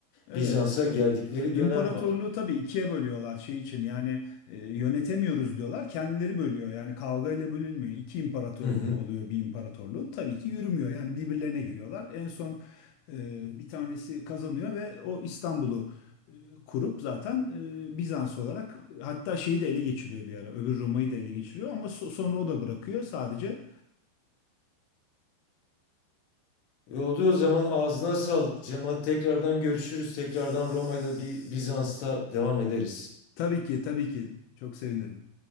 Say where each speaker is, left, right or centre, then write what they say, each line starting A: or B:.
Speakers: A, on the left; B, on the left.
A: Evet,
B: Bizans'a
A: evet.
B: geldikleri
A: İmparatorluğu
B: dönem var.
A: tabii ikiye bölüyorlar şey için yani e, yönetemiyoruz diyorlar kendileri bölüyor yani kavga ile bölünmüyor iki imparatorluğu
B: Hı hı.
A: oluyor bir imparatorluğu tabii ki yürümüyor yani birbirlerine giriyorlar en son e, bir tanesi kazanıyor ve o İstanbul'u e, kurup zaten e, Bizans olarak hatta şeyi de ele geçiriyor bir ara öbür Roma'yı da ele geçiriyor ama so- sonra o da bırakıyor sadece
B: E, oldu o zaman ağzına sağlık Cemal. Tekrardan görüşürüz. Tekrardan
A: S-
B: Roma'yla bir Bizans'ta devam ederiz.
A: tabii ki tabii ki çok sevinirim.